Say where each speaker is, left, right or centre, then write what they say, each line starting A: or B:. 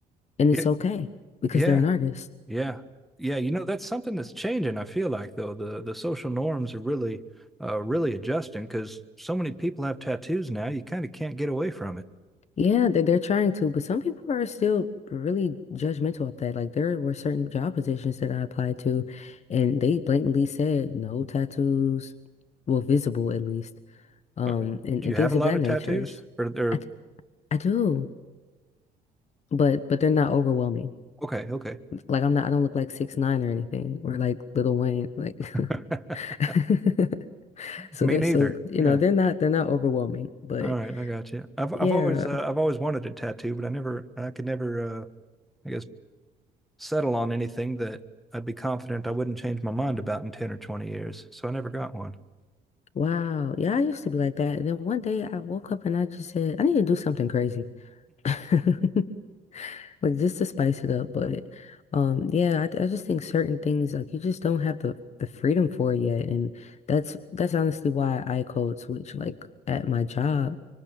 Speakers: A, on the left (about 40°); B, in the centre.
A: and it's
B: Yeah.
A: okay because
B: Yeah.
A: they're an artist.
B: Yeah. Yeah. You know, that's something that's changing, I feel like though. The the social norms are really uh really adjusting because so many people have tattoos now, you kind of can't get away from it.
A: Yeah, they they're trying to, but some people are still really judgmental of that. Like there were certain job positions that I applied to, and they blatantly said no tattoos, well, visible at least, um,
B: What-
A: and,
B: Do
A: and
B: you have
A: things
B: a
A: of
B: lot
A: that
B: of
A: nature.
B: tattoos? Or they're
A: I d- I do, but but they're not overwhelming.
B: okay, okay.
A: Like I'm not, I don't look like six nine or anything, or like Little Wayne, like.
B: <laughs>
A: <laughs> So
B: Me
A: they're
B: neither.
A: so you
B: Yeah.
A: know they're not they're not overwhelming, but
B: All right, I got you. I've I've
A: yeah.
B: always uh, I've always wanted a tattoo, but I never I could never uh I guess settle on anything that I'd be confident I wouldn't change my mind about in 10 or 20 years. So I never got one.
A: Wow. Yeah, I used to be like that. And then one day I woke up and I just said, I need to do something crazy. <laughs> Like just to spice it up. But um yeah, I, I just think certain things like you just don't have the the freedom for it yet. And that's that's honestly why I code switch like at my job.